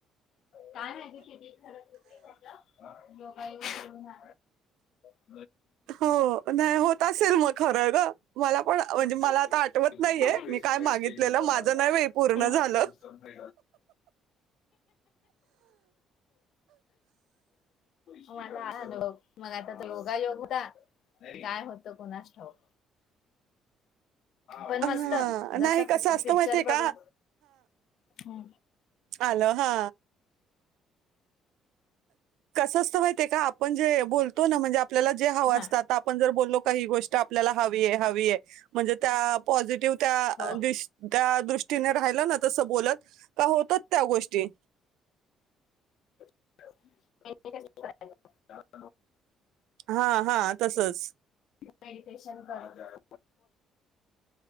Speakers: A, on the left; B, on the right.
A: काय माहिती किती खरं किती खोट योगायोग हो ह.
B: हो नाही होत असेल मग खरं ग. मला पण म्हणजे
A: सिस्टम से
B: मला आता आठवत
A: डेली
B: नाहीये
A: बेसिस
B: मी काय
A: लाइट
B: मागितलेलं
A: चेंज होता है हमारे
B: माझं
A: यहाँ
B: नाही वेळ
A: पे
B: पूर्ण झालं.
A: आज का <unintelligible> मला मग आता योगायोग काय होतं कुणास ठाऊक. पण
B: हा
A: मस्त
B: नाही
A: जसा
B: कसं असतं
A: पिक्चर
B: माहितीये
A: बघून
B: का
A: ह
B: आलो हा. कसं असत माहि ते का आपण जे बोलतो ना म्हणजे आपल्याला जे हव
A: हा
B: असत आता आपण बोलो का गोष्ट आपल्याला हवी आहे हवी म्हणजे पॉझिटिव्ह त्या
A: हो
B: त्या दृष्टीने राहिलं ना तस बोलत का होतच त्या गोष्टी.
A: करायच.
B: हा हा तसच.
A: मेडिटेशन कर.